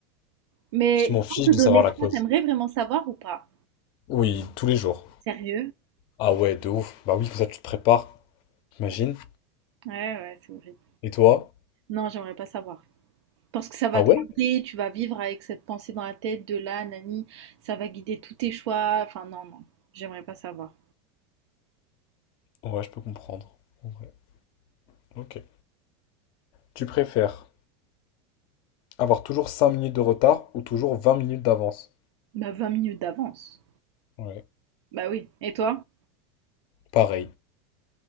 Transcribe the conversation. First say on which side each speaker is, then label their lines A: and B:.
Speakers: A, on the right (about 80°); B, on the left (about 35°).
A: Mais
B: Je m'en fiche
A: sans te donner
B: de savoir
A: le
B: la cause.
A: choix, t'aimerais vraiment savoir ou pas?
B: Oui, tous les jours.
A: Sérieux?
B: Ah ouais, de ouf. Bah oui, comme ça tu te prépares, t'imagines.
A: Ouais, ouais, ouais, c'est horrible.
B: Et toi?
A: Non, j'aimerais pas savoir. Parce que ça va
B: Ah ouais?
A: te hanter, tu vas vivre avec cette pensée dans la tête de là, nani, ça va guider tous tes choix. Enfin, non, non, j'aimerais pas savoir.
B: Ouais, je peux comprendre. En vrai. Ok. Tu préfères avoir toujours 5 minutes de retard ou toujours 20 minutes d'avance?
A: Bah, 20 minutes d'avance.
B: Ouais.
A: Bah oui. Et toi?
B: Pareil.